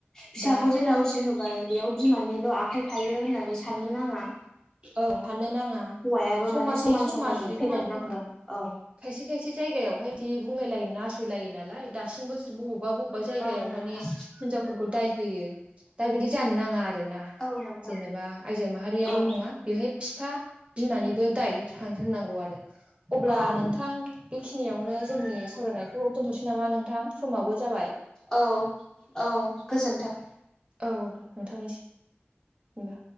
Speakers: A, on the left; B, on the right.
A: फिसाखौ
B: दा
A: जेला उजि
B: औ
A: होबाय बेयाव बिमानिल' आखाइ थायो होननानै साननो नाङा
B: औ साननो नाङा
A: हौवायाबो
B: समाज
A: माने समान
B: बे समाज
A: समानै
B: बेखौ
A: फेदेरनांगोन
B: माने
A: औ
B: खायसे खायसे जायगायावहाय बिदि बुंलाय लायो नासयलायो नालाय दासिमबो <unintelligible> बबेबा जायगायाव
A: औ नोंथां
B: माने हिनजावफोरखौ दाय होयो दा बिदि जानो नाङा आरो ना
A: औ नोंथां
B: जेनेबा आयजो माहारियाल'
A: औ
B: नङा बेहाय बिफा बिमानिबो दाय था होननांगौ आरो अब्ला
A: औ
B: नोंथां बेखिनियावनो जोंनि सावरायनायखौ दोनथ'सै नामा नोंथां समाबो जाबाय
A: औ औ गोजोन्थों
B: औ नोंथांनिसिम बो